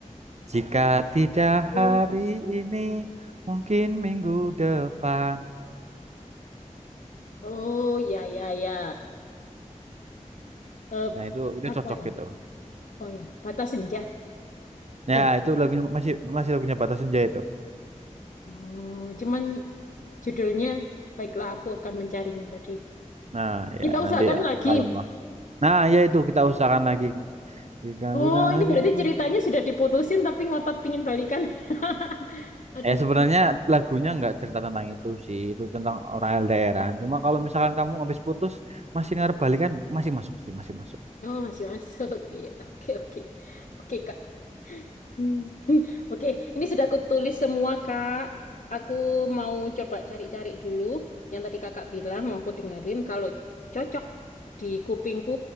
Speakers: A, on the right (about 60°); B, on the left (about 75°).
A: Jika tidak
B: oh,
A: hari ini, mungkin minggu depan.
B: oh ya ya ya. Eh
A: Nah itu itu
B: apa
A: cocok
B: ya?
A: gitu.
B: Oh ya, batas senja.
A: Ya
B: Ya.
A: itu lagunya masih masih lagunya Batas Senja itu.
B: Oh, cuman judulnya Baiklah Aku Akan Mencarinya tadi.
A: Nah ya
B: Kita usahakan
A: nanti ya
B: lagi.
A: kalem lah. Nah ya itu kita usahakan lagi. Jika
B: Oh,
A: tidak
B: ini
A: hari
B: berarti
A: ini.
B: ceritanya sudah diputusin tapi ngotot pingin balikan. <laughs> Aduh.
A: Eh sebenarnya lagunya nggak cerita tentang itu sih. Itu tentang orang LDRan. Cuma kalau misalkan kamu habis putus masih ngarep balikan masih masuk sih masih masuk.
B: Oh, masih masuk. Iya, oke oke. Oke, Kak. Hmm. Oke, ini sudah aku tulis semua, Kak. Aku mau coba cari-cari dulu yang tadi Kakak bilang, mau aku dengerin. Kalau cocok di kupingku,